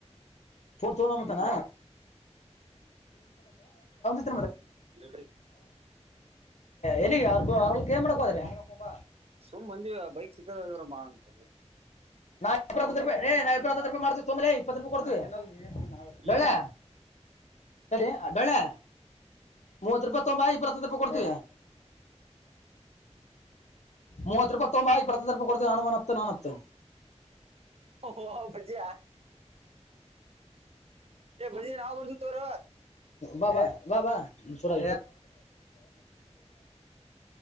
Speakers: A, on the left; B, on the right.
A: ತೋ ಮತಾನ ಬಿತ <unintelligible>
B: ಜ
A: ಎಲ್ಲಿಗೆ ಯಗ ಅವ್ರಲ್ನ್ ಮಾಡಕ ಹೋದ್ರಿ ಮಾಡಕೊಬ
B: ಸುಮ್ ಮಂದಜೆ ಆ ಬೈಕ್ ಸಿಕ್ಕದ ಇದ್ರ ಮಾ ಅಂತ
A: ನಾ ಇತ್ತತ್ತು ರಪಾಯ ಏ ನಾ ಇರ ಹತ್ತು ರೂಪಾಯ ಮಾಡ್ತ ತೊರೆ ಇಪ್ಪತ್ತುೂಪಾಯಿ ಕೊಡ್ತೆವೀ ಡಳೆ
B: ಏನ್
A: ಸರಿ ಡಳೆ ಮೂವತ್ತು ರೂಪಾಯ ತಂಬಾ ಇಪ್ಪರ ಹತ್ತು ರೂಪಾಯ ಕೊಡ್ತೀ ಮೂವತ್ ರೂಪಾಯಿ ತಗೊಂಬತ್ತ ರೂಪಾಯಿ ಕೊಡ್ತೀ ನಾನು ಮ ನಾನುತ್
B: ಓ ಭಜ ಭಜ ನಾವು ಬತ ತೋರ
A: ಬಬಾ ಬಬಾ ಬ ಬಬ ೋ